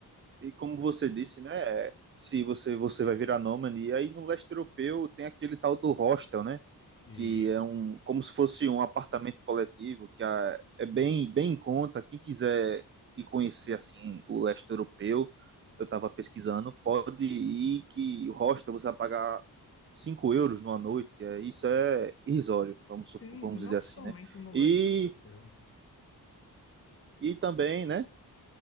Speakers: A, on the right (about 35°); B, on the left (about 35°).
A: e como você disse, né? é, Se você, você vai virar nômade, e aí no leste europeu tem aquele tal do hostel, né?
B: Isso.
A: Que é um, como se fosse um apartamento coletivo, que é, é bem, bem em conta. Quem quiser ir conhecer assim o leste europeu, eu estava pesquisando, pode ir que o hostel você vai pagar 5 euros numa noite. É, isso é irrisório, vamos, supor-
B: Sim,
A: vamos
B: não
A: dizer assim,
B: somente
A: né?
B: no
A: E,
B: leste europeu.
A: e também, né?